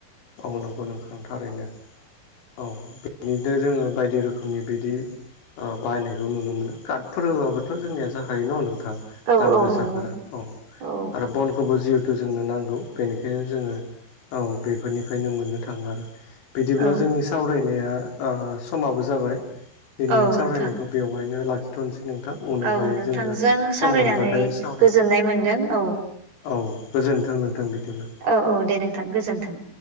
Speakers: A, on the left (about 80°); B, on the right (about 60°).
A: औ नंगौ नोंथां थारैनो औ बिदिनो जोङो बायदि रोखोमनि बिदि बाहायनायखौ नुनो मोनो कार्डफोर होबाबोथ' जोंनिया जाखायो न' नोंथां
B: औ
A: दाम
B: औ
A: गोसाफोरा
B: नंगौ
A: औ
B: औ
A: आरो बनखौबो जिहेथु जोंनो नांगौ बेनिखायनो जोङो औ बेफोरनिफ्रायनो मोननो थाङो आरो बिदिब्ला
B: औ
A: जोंनि सा सावरायनाया ओ समाबो जाबाय दिनै
B: औ
A: सावरायनायखौ
B: नोंथां
A: बेवहायनो लाखि थ'नोसै नोंथां उनावहाय
B: औ नोंथांजों
A: जोङो सम
B: सावरायनानै
A: मोनबाथाय सावरायगोन
B: गोजोननाय मोनदों औ
A: औ गोजोन्थों नोंथों बिदिब्ला।
B: औ औ दे नोंथां गोजोन्थों।